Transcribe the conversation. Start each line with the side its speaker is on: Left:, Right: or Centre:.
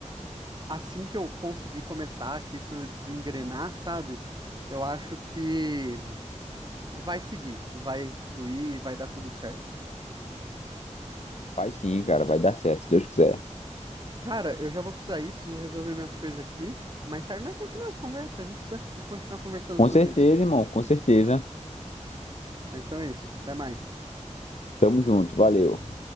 Right: assim que eu conseguir começar, que isso desengrenar, sabe? Eu acho que vai seguir, vai fluir, vai dar tudo certo.
Left: Vai sim, cara, vai dar certo, se Deus quiser.
Right: Cara, eu já vou precisar ir, preciso resolver minhas coisas aqui. Mais tarde nós continuamos essa conversa, a gente precisa continuar conversando
Left: Com
Right: sobre
Left: certeza,
Right: isso.
Left: irmão, com certeza.
Right: Mas então é isso, até mais.
Left: Tamo junto, valeu.